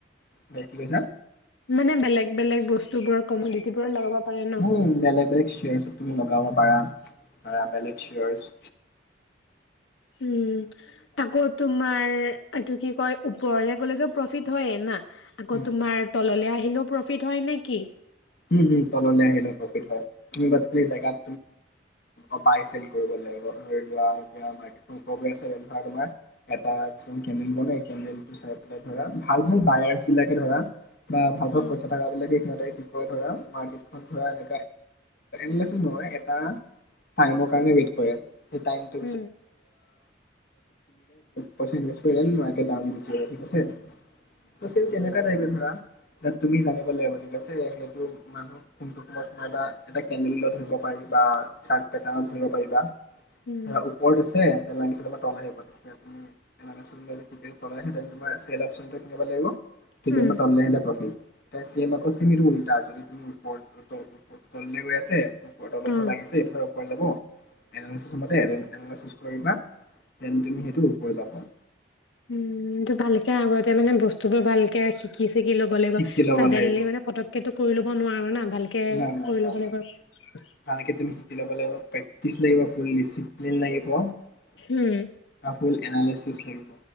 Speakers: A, on the left; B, on the left.
A: হয়, কি কৈছা?
B: মানে বেলেগ বেলেগ বচ টোবোৰৰ কমদিটিবোৰত লগাব পাৰে ন?
A: উম বেলেগ বেলেগ শ্বেয়াৰ্চত তুমি লগাব পাৰা বেলেগ চিয়াৰচ
B: উম তাকো তোমাৰ, ৰ এটো কি কয় ওপৰলৈ গলেটো পফিত হয়ে না, আকৌ
A: উম
B: তোমাৰ তললৈ আহিলেও পৰফিত হয় নে কি?
A: হম হম তললৈ আহিলে প্ৰফিট হয়, বাত প্লিছ জেগাত অঁ পাইছিল কৰিবলে <unintelligible> ভাল ভাল বায়াৰচ বিলাকে ধৰা বা ভাল ভাল
B: উম
A: পইচা থাকাবিলাকে, ধৰা মাৰ্কেটখন ঘূৰাই <unintelligible> <unintelligible> নহয় এটা টাইমৰ কাৰণে ৱেইট কৰে <unintelligible> <unintelligible> বহুত
B: অ
A: পইছা ইনভেষ্ট কৰে দেন মাৰ্কেট ডাউন গুচি যায় ঠিক আছে <unintelligible> তুমি জানিব লাগিব ঠিক আছে <unintelligible> <unintelligible> ওপৰত
B: উম
A: আছে <unintelligible> <unintelligible>
B: উম
A: চেইম আকৌ <unintelligible> তললে গৈ আছে <unintelligible>
B: অ
A: লাগিছে ধৰক <unintelligible>
B: উম ভালকে আগতে মানে বস্তুবোৰ ভালকে শিকি। শিকি ল'ব লাগিব
A: শিকি ল'ব
B: চাদেনলী
A: লাগিব
B: মানে পতকেটো কৰি ল'ব নোৱাৰো। না ভালকে
A: না না
B: কৰি
A: না
B: ল'ব
A: না
B: লাগিব আৰু
A: ভালকে তুমি শিকি ল'ব লাগিব প্ৰেকটিছ লাগিব <unintelligible> <unintelligible> লাগিব <unintelligible> <unintelligible>
B: উম
A: এনালাইচিচ লাগিব।